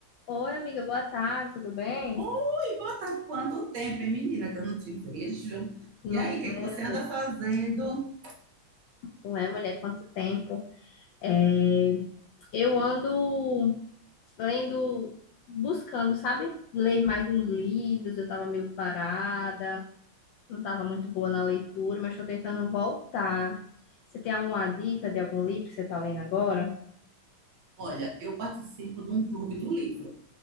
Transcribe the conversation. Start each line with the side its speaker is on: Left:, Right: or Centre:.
Left: Oi, amiga, boa tarde, tudo bem?
Right: Ui, boa tarde. Quanto tempo, hein, menina, que eu não te vejo.
Left: Não
Right: E aí, o que é
Left: é,
Right: que você anda fazendo?
Left: não é, mulher, quanto tempo? É, eu ando lendo, buscando, sabe? Ler mais uns livros, eu tava meio parada, não tava muito boa na leitura, mas tô tentando voltar. Você tem alguma dica de algum livro que você tá lendo agora?
Right: Olha, eu participo de um clube do livro.